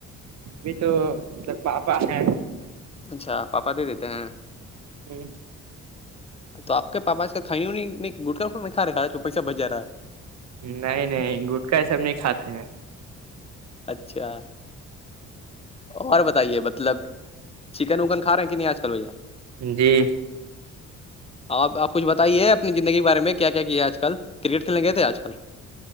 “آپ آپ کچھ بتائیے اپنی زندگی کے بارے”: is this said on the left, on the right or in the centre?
Left